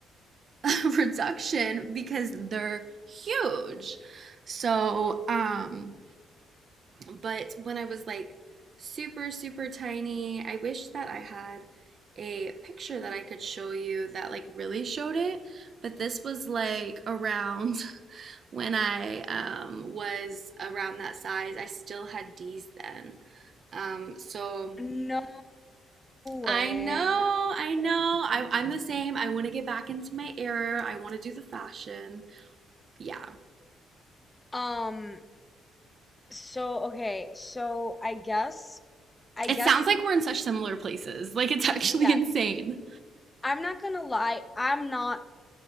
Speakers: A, on the right (about 50°); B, on the left (about 25°).
A: <laughs> reduction because they're huge. So, um, but when I was like super, super tiny, I wish that I had a picture that I could show you that like really showed it. But this was like around <laughs> when I um, was around that size. I still had D's then. Um, so
B: No
A: I
B: way.
A: know,
B: No
A: I know.
B: way.
A: I,
B: No
A: I'm the
B: way.
A: same. I want to get back into my era. I want to do the fashion. Yeah.
B: Um, so okay, so I guess I
A: It
B: guess
A: sounds like we're in such similar places. Like it's <laughs> actually
B: yes.
A: insane.
B: I'm not gonna lie, I'm not